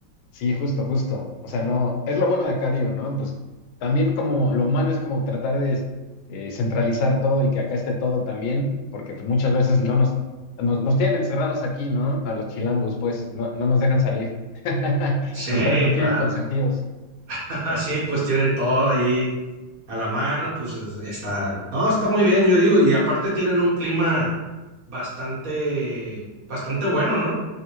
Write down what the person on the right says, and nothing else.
Sí,
claro.
<laughs>
Sí, pues tienen todo ahí a la mano, pues está, no, está muy bien, yo digo, y aparte tienen un clima bastante, bastante bueno, ¿no?